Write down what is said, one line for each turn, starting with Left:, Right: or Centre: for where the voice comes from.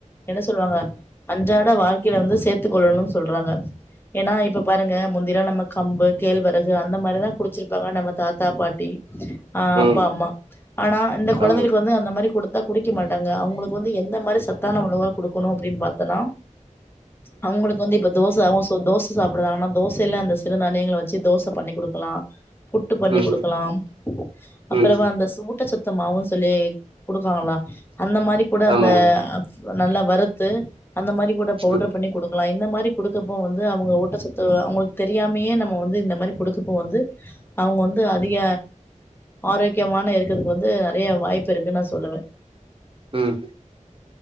Left: என்ன சொல்லுவாங்க அன்றாட வாழ்க்கையில வந்து சேர்த்து கொள்ளணு சொல்றாங்க ஏன்னா இப்ப பாருங்க முந்திலா நம்ம கம்பு கேழ்வரகு அந்த மாரிதா குடிச்சிருப்பாங்க நம்ம தாத்தா பாட்டி ஆ
Right: ம்
Left: அப்பா அம்மா ஆனா இந்த குழந்தைளுக்கு
Right: ஆமா ம்
Left: வந்து அந்த மாரி குடுத்தா குடிக்க மாட்டாங்க அவங்களுக்கு வந்து எந்த மாரி சத்தான உணவுகள் குடுக்கணு அப்டின்னு பாத்தன்னா அவுங்ளுக் வந்து இப்ப தோச அவங்க தோச சாப்புடுதாங்கன்னா தோசைல்ல அந்த சிறுதானியங்க வச்சு தோச பண்ணி குடுக்கலா புட்டு பண்ணி
Right: ம் ம்
Left: குடுக்கலாம் அப்றமா
Right: ம்
Left: அந்த ஊட்டச்சத்துமாவுன் சொல்லி குடுக்காங்ளா அந்த மாரி கூட
Right: ஆமாங்க
Left: அந்த நல்லா வறுத்து அந்த மாரி கூட பவுடர்
Right: ம்
Left: பண்ணி குடுக் கலா இந்த மாரி குடுக்கப்போ வந்து அவங்க ஊட்டச்சத்து அவங்ளுக் தெரியாமையே நம்ம வந்து இந்த மாரி குடுக்கப்போ வந்து அவங்க வந்து அதிக ஆரோக்கியமான இருக்கதுக்கு வந்து நெறைய வாய்ப்பு இருக்குன்னு நா சொல்லுவே
Right: ம்